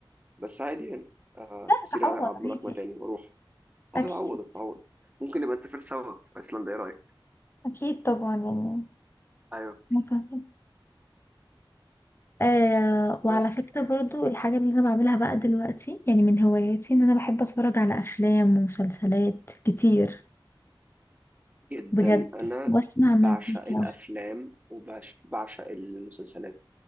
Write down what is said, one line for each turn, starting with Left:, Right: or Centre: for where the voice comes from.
Right: بس عادي يعني آه
Left: لا هتعوض
Right: كتير ألعب
Left: عادي
Right: ملاكمة تاني وأروح هتتعوض
Left: اكيد
Right: هتتعوض ممكن نبقى نسافر سوا في أيسلندا إيه رأيك؟
Left: أكيد طبعا يعني
Right: أيوه
Left: متعبة. آه وعلى
Right: بس
Left: فكرة برضو الحاجة اللي أنا بعملها بقى دلوقتي يعني من هواياتي إن أنا بحب أتفرج على أفلام ومسلسلات كتير
Right: جدا
Left: بجد
Right: أنا
Left: وأسمع مزيكا
Right: بعشق الأفلام وبعشق المسلسلات